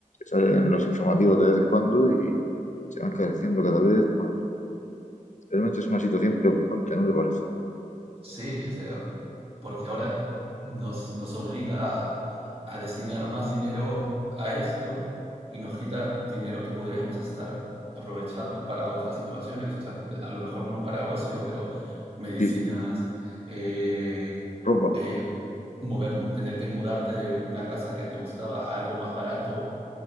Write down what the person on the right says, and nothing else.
Sí, o sea, porque ahora nos, nos obliga a, a destinar más dinero a esto y nos quita dinero que podríamos estar aprovechando para otras situaciones, o sea, de- a lo mejor no para ocio, pero medicinas,
eh,
eh, mover, tener que mudarte de una casa que te gustaba a algo más barato,